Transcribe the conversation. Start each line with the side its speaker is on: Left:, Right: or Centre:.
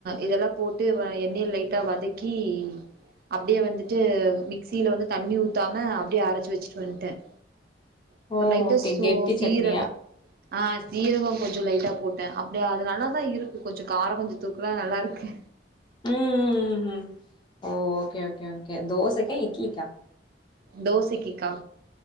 Right: இதெல்லாம் போட்டு எண்ணெய்ல லைட்டா வதக்கி அப்படியே வந்துட்டு மிக்சியில வந்து தண்ணி ஊத்தாம அப்படியே அரைச்சு வச்சுட்டு வந்துட்டேன் அப்புற
Left: ஓ
Right: லைட்டா
Left: ஓகே
Right: சோ
Left: கெட்டி
Right: சீரகம்
Left: சட்னியா
Right: ஆ சீரகம் கொஞ்ச லைட்டா போட்டேன் அப்படியா அது நல்லாதான் இருக்கு கொஞ்ச காரம் கொஞ்ச தூக்கல நல்லா இருக்கு
Left: ம் ம் ம் ம் ஒ ஓ ஓகே ஓகே ஓகே தோசைக்கா இட்லிக்கா
Right: தோசைக்கிக்கா